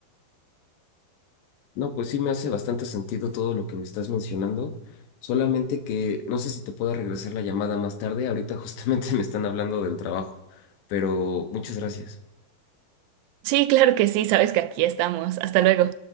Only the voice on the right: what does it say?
Sí, claro que sí, sabes que aquí estamos. Hasta luego.